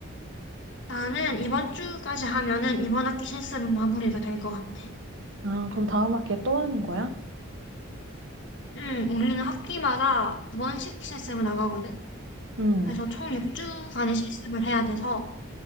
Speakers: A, on the left; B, on the right.
A: 나는 이번 주까지 하면은 이번 학기 실습은 마무리가 될 것 같아.
B: 아, 그럼 다음 학기에 또 하는 거야?
A: 음, 우리는 학기마다 두 번씩 실습을 나가거든.
B: 응,
A: 그래서 총 6주간의 실습을 해야 돼서